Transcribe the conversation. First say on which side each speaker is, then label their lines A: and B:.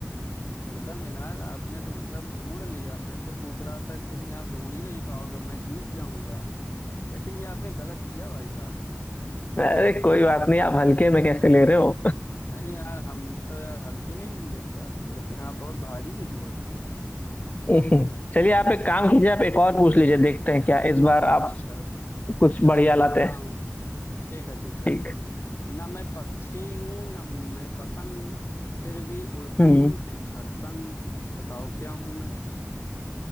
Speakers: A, on the left; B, on the left.
A: एकदम यार आपने तो मतलब ढूंढ लिया मैं तो सोच रहा था कहीं आप ढूंढ ही नहीं पाओगे मैं जीत जाऊंगा लेकिन ये आपने गलत किया भाई साहब
B: अरे कोई बात नहीं आप हल्के में कैसे ले रहे हो
A: नहीं यार हम तो यार हल्के में ही लिए थे आपको लेकिन आप बहुत भारी निकले
B: <laughs> चलिए आप एक काम कीजिए आप एक और पूछ लीजिए देखते हैं क्या इस
A: अच्छा
B: बार आप
A: अच्छा
B: कुछ
A: चलो
B: बढ़िया
A: देखता
B: लाते हैं
A: हूँ ठीक है ठीक है
B: ठीक
A: ना मैं पक्षी हूँ ना हूँ मैं पतंग फिर भी उड़ती
B: हम्म
A: हूँ दिन भर संग बताओ क्या हूँ मैं